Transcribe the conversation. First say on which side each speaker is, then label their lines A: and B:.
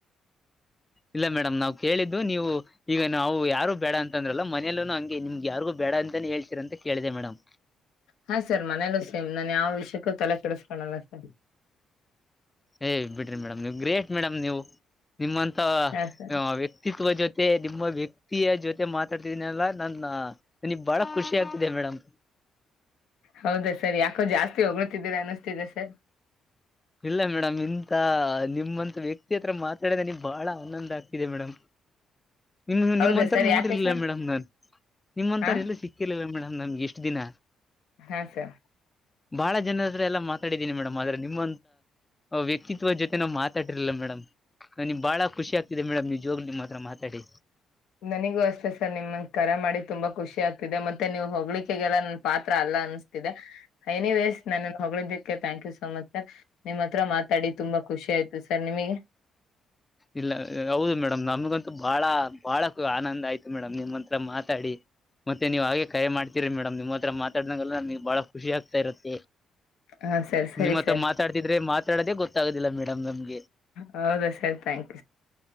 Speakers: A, on the left; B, on the left.
A: ಇಲ್ಲ ಮೇಡಮ್ ನಾವು ಕೇಳಿದ್ದ ಇದು ನೀವು ಈಗ ನಾವು ಯಾರು ಬೇಡ ಅಂತಂದ್ರಲ್ಲ ಮನೇಲ್ಲ ಹಂಗೆ ನಿಮ್ಗೆ ಯಾರಿಗು ಬೇಡ ಅಂತಾನೇ ಹೇಳ್ತೀರಂತ ಕೇಳಿದೆ ಮೇಡಮ್
B: ಹಾ ಸರ್ ಮನೇಲ್ಲ ಸೇಮ್ ನನ್ ಯಾವ ವಿಷಯಕ್ಕೂ ತಲೆ ಕೆಡಿಸಕೊಳ್ಳಲ್ಲ ಸ
A: ಏನ್ ಬಿಡ್ರಿ ಮೇಡಮ್ ನೀವು ಗ್ರೇಟ್ ಮೇಡಮ್ ನೀವು. ನಿಮ್ಮಂತ
B: ಹಾ ಸರ್
A: ವ್ಯಕ್ತಿತ್ವ ಜೊತೆ ಮತ್ತೆ ನಿಮ್ಮ ವ್ಯಕ್ತಿಯ ಜೊತೆ ಮಾತಾಡ್ತಿದೀನಿ ಅಲ್ಲ ನನ್ನ ನನಗ್ ಬಾಳ ಖುಷಿ ಆಗ್ತಿದೆೆ ಮೇಡಮ.
B: ಹೌದಾ ಸರ್ ಯಾಕೋ ಜಾಸ್ತಿ ಹೊಗ್ಳತಿದ್ದೀರಾ ಅನ್ನಿಸ್ತಿದೆ ಸರ್.
A: ಇಲ್ಲ ಮೇಡಮ್ ಇಂತ ನಿಮ್ಮಂತ ವ್ಯಕ್ತಿ ಹತ್ರ ಮಾತಾಡಿದ ನಿಗ್ ಬಾಳ ಆನಂದ ಆಗ್ತಿದೆ ಮೇಡಮಂ. ನಿಮ್
B: ಹೌದಾ
A: ನಿಮ್ಮಂತರ
B: ಸರ್
A: ನೋಡಿರ್ಲಿಲ್ಲ
B: ಯಾಕೆ ಸರ್
A: ಮೇಡಮ್ ನಾನ್ ನಿಮ್ಮಂತರ
B: ಹಾ
A: ಎಲ್ಲ ಸಿಕ್ಕಿರ್ಲಿಲ್ಲ ಮೇಡಮ್. ನಮ್ಗೆ ಇಷ್ಟು ದಿನ
B: ಹಾ ಸರ್
A: ಬಾಳ ಜನ ಹತ್ರ ಎಲ್ಲಾ ಮಾತಾಡಿದ್ದೀನಿ ಮೇಡಮ್, ಆದ್ರೆ ನಿಮ್ಮ ವ್ಯಕ್ತಿತ್ದ ಜೊತೆ ನಾನ್ ಮಾತಾಡಿರ್ಲಿಲ್ಲ ಮೇಡಮ್ ನನಗ್ ಬಾಳ ಖುಷಿ ಆಗ್ತಿದೆ ಮೇಡಮ್ ನಿವ ಜೋಗ ನಿಮ್ಮ್ ಹತ್ರ ಮಾತಾಡಿ
B: ನನಗೂ ಅಷ್ಟೇ ಸರ್ ನಿಮ್ಮನ್ನ ಕರೆ ಮಾಡಿ ತುಂಬಾ ಖುಷಿ ಆಗ್ತಿದೆ ಮತ್ತೆ ನೀವು ಹೊೋಗ್ಲಿಿಕೆಗೆಲ್ಲ ನನ್ನ ಪಾತ್ರ ಅಲ್ಲ ಅನ್ನಸ್ತಿದೆ, ನಿವೇಸ್ ನನ್ನ ಹೊದ್ದಕ್ಕೆ thank you so much sir, ನಿಮ್ಮ ಹತ್ರ ಮಾತಾಡಿ ತುಂಬಾ ಖುಷಿ ಆಯ್ತು ಸರ್ ನಿಮಗೆ
A: ಇಲ್ಲ ಹೌದು ಮೇಡಮ್ ನಮಗಂತೂ ಬಾಳ ಬಾಳ ಆನಂದ ಆಯ್ತು ಮೇಡಮ್ ನಿಮ್ಮ್ ಹತ್ರ ಮಾತಾಡಿ ಮತ್ತೆ ನೀವ ಹಾಗೆ ಕರೆ ಮಾಡ್ತೀರಿ ಮೇಡಮ್ ನಿಮ್ಮ ಹತ್ರ ಮಾತಾಡಿದಾಗಲ್ಲ ನಮಗ್ ಬಾಳ ಖುಷಿ ಆಗ್ತಾ ಇರತ್ತೆ.
B: ಹಾ ಸರ್ ಸರಿ
A: ನಿಮ್ಮ್ ಹತ್ರ
B: ಸರ್
A: ಮಾತಾಡ್ತಿದ್ರೆ ಮಾತಾಡದೇ ಗೊತ್ತು. ಆಗಿಲ್ಲೇಡಮ್ ನಮಗೆ
B: ಹೌದ ಸರ್ ತಯ್ತು